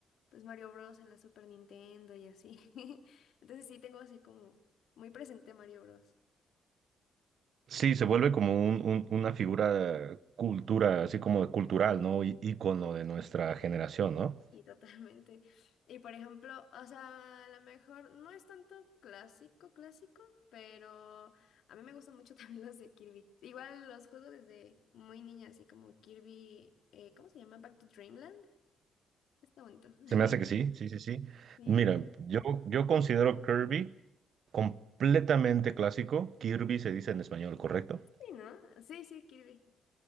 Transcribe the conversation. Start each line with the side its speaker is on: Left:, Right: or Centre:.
Left: pues Mario Bros. en la Super Nintendo y así. <laughs> Entonces sí tengo así como muy presente Mario Bros.
Right: Sí, se vuelve como un- un- una figura cultura, así como cultural, ¿no? Í- Ícono de nuestra generación, ¿no?
Left: Y totalmente. Y por ejemplo, o sea, a lo mejor no es tanto clásico, clásico, pero a mí me gustan mucho <laughs> también los de Kirby. Igual los juego desde muy niña, así como Kirby, eh, ¿cómo se llama? Back to Dreamland. Está bonito. <laughs>
Right: Se me hace que sí, sí, sí, sí.
Left: Sí,
Right: Mira, yo, yo considero Kirby completamente clásico. Kirby se dice en español, ¿correcto? <laughs>
Left: sí, ¿no? Sí, sí, Kirby.